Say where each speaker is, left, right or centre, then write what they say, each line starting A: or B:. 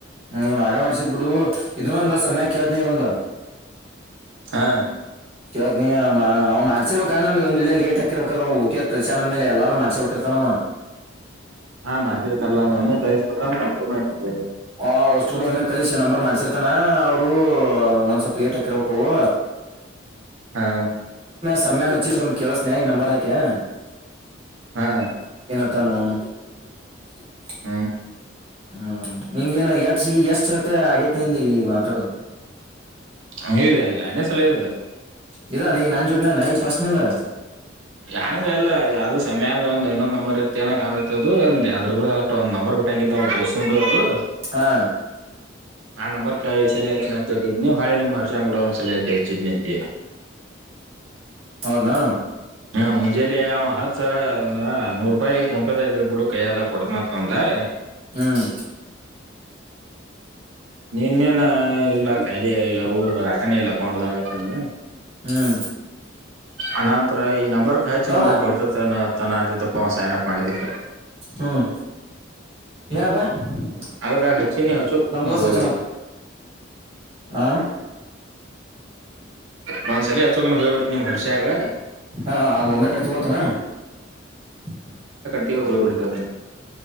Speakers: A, on the right; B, on the right.
A: ಹ್ಮ್ ನಾನೇ ಮಾಡ್ಸಿದ್ ಬಿಡು. ಇನ್ನೊಂದ ಸಮಯ ಕೇಳ್ತೀನಿ ಈಗ ಒಂದ.
B: ಹಾ
A: ಕೇಳ್ತೀನಿ ನೀ್ ಮಾಡ್ಸಿರ್ಬೇಕ ಅ ನಂದ ಒಂದ್ಳ್ಳೆ ಲೇಟ್ ಹಾಕಿರ್ಬೇಕದ ಓಕಿದ್ ಕಲ್ಸ್ಯ ಅಂದ್ಮೇಲೆ ಎಲ್ಲಾರು ಮಾಡ್ಸಿ ಬಿಟ್ಟಿರ್ತ ನವು.
B: <unintelligible>
A: ಹ ಒಟ್ಟಿಲ್ಲೇ ಒಮ್ಮೆ ನಂಬರ್ ಮಾಡ್ಸಿ ಅತನಾ ಅವರು ಒಂದ್ಸವಲ್ ಪ್ಲೇಟ್ ಹಾಕಿರ್ಬೇಕವು
B: ಹಾ
A: <unintelligible>
B: ಹಾ
A: <unintelligible>
B: ಹ್ಮ್
A: ಹ್ಮ್ ನಿಂಗೇನ ಎಷ್ಟ ಈ ಎಷ್ಟ ಜತೆ ಆಗೈತಿಂದಗ ಈಗ ಮಾತಾಡದು.
B: ಹಂಗ ಎರಡನೇ ಸಲ ಇದೆ.
A: ಇದಾನ ಈಗ ನಾನ್ ಜೋಡನ ಈಗ ಫಸ್ಟ್ ನಿಿಂದ.
B: ಹೆಂಗ ಅಲ್ಲ ಯಾವ <unintelligible>
A: ಹಾ
B: <unintelligible>
A: ಹೌದನಾ
B: ಹ್ಮ ಮುಂಜಾಲೆ ಅವ ಹತ್ಸ ನೂರು ರೂಪಾಯಿ ಫೋನ್ಪೆ ರೂಪಾಯ ಇದ್ರ ಬಿಡು ಕೈಯದ ಕೊಡತನಂದ <inaudible>
A: ಹ್ಮ್
B: ನೀನ್ನೇನ ಇಲ್ಲ ಕೈದಾಗ ಅಕೌಂಟ್ ನಾಗಲ್ಲ ಕೊಂಡದ ಆಾಗತ್ತ ನೀ <unintelligible>
A: ಹ್ಮ್
B: ಅನಂತರ ಈ ನಂಬರ್ ಹಚ್ಚ
A: ಬಾಬಾ
B: ನೋಡು ಬರ್ತತೆನ ಆದಿದ್ದಪ್ಪ ಅವ್ ಸೈನ್ ಅಪ್ ಮಾಡಿದ್ದಕ್ಕೆ
A: ಹ್ಮ್ <unintelligible>
B: ಅದಕ್ಕ ಹಚ್ಚಿನಿ ಹಚ್ಚೋಕ್
A: ನಮ ದೋಸ
B: ಹೋಗ್ಬಿಡ್ತಿ
A: ಚೆನಪ್ಪ ಆ
B: ನಂದ್ಸಲ ಅಚೋಕೊಂಡ ಹೋಗ್ಬಿಡ್ತಿ ನಿಮ್ ಹರ್ಷಿಯಾಗ <unintelligible>
A: ಹಾ ಅದ ಒಂದ ಕಡ್ತ ಗೋತನಾ <unintelligible>
B: ಗ ಉೋಗಪುತ್ತದೆ